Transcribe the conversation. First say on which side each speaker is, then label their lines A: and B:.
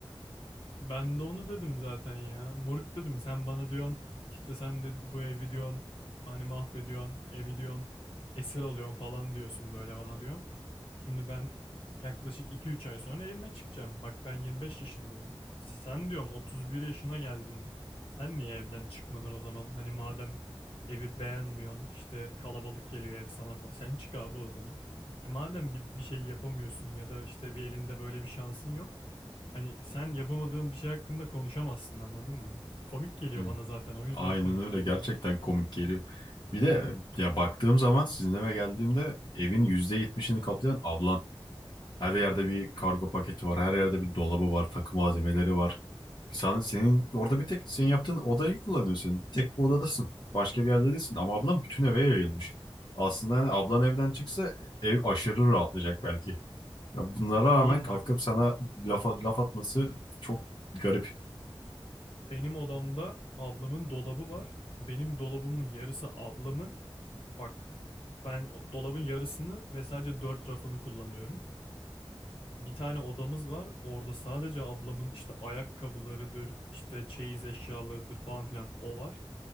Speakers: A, on the left; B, on the left.
A: Ben de onu dedim zaten ya. Moruk dedim sen bana diyorsun işte sen de bu evi diyorsun hani mahvediyorsun evi diyorsun esir alıyorsun falan diyorsun böyle bana diyorum. Şimdi ben yaklaşık iki üç ay sonra evime çıkacağım. Bak ben 25 yaşındayım. Sen diyorum 31 yaşına geldin. Sen niye evden çıkmadın o zaman? Hani madem evi beğenmiyorsun işte kalabalık geliyor ev sana falan. Sen çık abi o zaman. E madem bir, bir şey yapamıyorsun ya da işte bir elinde böyle bir şansın yok. Hani sen yapamadığın bir şey hakkında konuşamazsın anladın mı? Komik geliyor
B: Hı,
A: bana zaten o yüzden
B: aynen
A: komik
B: öyle
A: geliyor.
B: gerçekten komik geliyor. Bir de ya baktığım zaman sizin eve geldiğimde evin %70'ini kaplayan ablan. Her yerde bir kargo paketi var. Her yerde bir dolabı var. Takım malzemeleri var. Sen, senin orada bir tek senin yaptığın odayı kullanıyorsun. Tek bir odadasın. Başka bir yerde değilsin. Ama ablan bütün eve yayılmış. Aslında hani ablan evden çıksa ev aşırı rahatlayacak belki. Ya bunlara
A: Oğlum
B: rağmen kalkıp
A: bak
B: sana laf, laf atması çok garip.
A: benim odamda ablamın dolabı var. Benim dolabımın yarısı ablamın. Bak ben o- dolabın yarısını ve sadece 4 rafını kullanıyorum. Bir tane odamız var. Orada sadece ablamın işte ayakkabılarıdır, işte çeyiz eşyalarıdır falan filan o var.